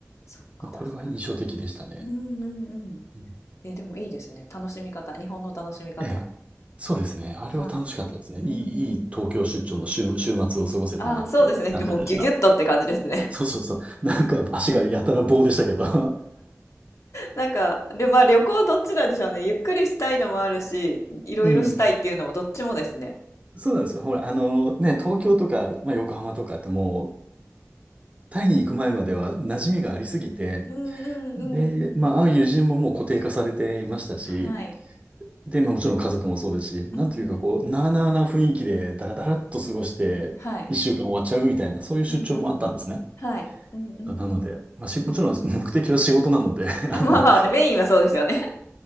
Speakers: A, on the left; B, on the right.
A: そっか、
B: まあ、
A: 確かに。
B: これは印象的でしたね。
A: うんうんうん。
B: うん
A: え、でもいいですね。楽しみ方。日本の楽しみ方。
B: ええ、そうですね。あれは楽しかったですね。
A: はい。
B: いい、
A: うんうん。
B: いい東京出張の週、週末を過ごせたなっていう感じでした。
A: ああ、そうですね。もうギュギュッとって感じですね。
B: そうそうそう。なんか足がやたら棒でしたけど。
A: <laughs>
B: <laughs>
A: なんか、で、まあ旅行どっちなんでしょうね。ゆっくりしたいのもあるし、いろいろしたいっていうのもどっちもですね。
B: うん。そうなんですよ。ほら、あのね、東京とか、まあ、横浜とかってもう、タイに行く前までは馴染みがありすぎて、
A: うんうんうんうんうんうん
B: で、まあ、会う友人ももう固定化されていましたし、
A: はい。
B: で、まあもちろん家族もそうですし、なんというかこう、
A: うんうんうん
B: なあなあな雰囲気でダラダラっと過ごして、
A: はい
B: 一週間終わっちゃうみたいな、そういう出張もあったんですね。
A: うんうんはいうんうんうん
B: なのでまあもちろん目的は仕事なのであの
A: あ <laughs> まあまあね、メインはそうですよね。